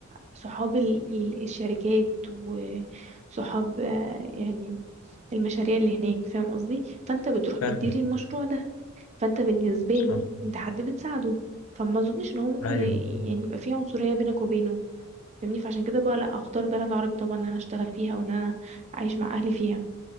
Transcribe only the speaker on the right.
صحاب ال- ال- الشركات وصحاب آه، يعني المشاريع اللي هناك فاهم قصدي فانت بتروح
بتديري المشروع ده فانت بالنسبه
له انت حد بتساعده فما اظنش ان هو ممكن
ي- يعني يبقى فيه عنصريه بينك وبينه فاهمني فعشان كده بقى لا اختار بلد عربي طبعا ان انا اشتغل فيها وان انا اعيش مع اهلي فيها